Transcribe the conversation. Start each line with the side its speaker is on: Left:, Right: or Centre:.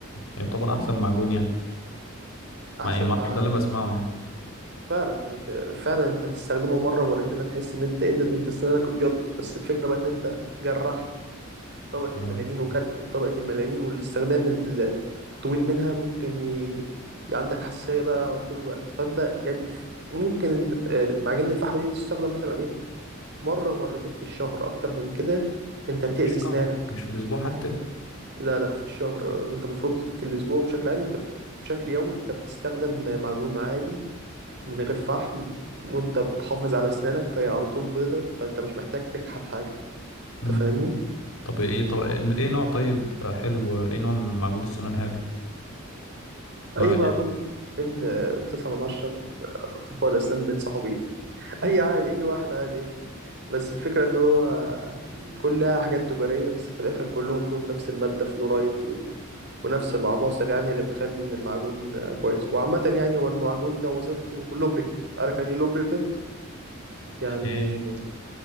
Left: يعتبر احسن معجون يعني
Right: أحسن
Left: ما يعني ما اعرفش
Right: مع
Left: ده اللي بسمعه يعني
Right: فعلا ده هت- فعلا أنت هتستخدمه مرة مرتين هتحس إن أنت إيه ده ده أنت سنانك ابيضت بس الفكرة بقى إن أنت جرحت طبقة
Left: آه،
Right: الميلانين وكلت من طبقة الميلانين والاستخدام طويل منها ممكن ي... عندك حساسية بقى طول الوقت فأنت يعني ف- ممكن آه، معجون الفحم دي تستخدم مثلا إيه مرة مرتين في الشهر أكتر من كده أنت بتأذي
Left: مش
Right: أسنانك
Left: شهر مش في الاسبوع حتى
Right: لا لا في الشهر إن أنت المفروض في الأسبوع بشكل عادي أنت بشكل يومي أنت بتستخدم معجون عادي من غير فحم وأنت بتحافظ على أسنانك فهي على طول بيضة فأنت مش محتاج تكحت حاجة أنت
Left: مم.
Right: فاهمني؟
Left: طب ايه طب ايه نوع طيب آه، حلو ايه نوع من معجون السنان حلو ما
Right: أي معجون
Left: يعني
Right: بين آه، تسعة من عشرة من آه، أطباء الأسنان بين صحابي <laughs> أي عادي أي واحد عادي يعني. بس الفكرة ان هو كلها حاجات تجارية بس في الاخر كلهم فيهم نفس المادة فلورايد و... ونفس العناصر يعني اللي بتخلي ان المعجون آه، كويس وعامة يعني هو المعجون ده وظيفته لوبريكانت عارف يعني لوبريكانت يعني
Left: يعني ايه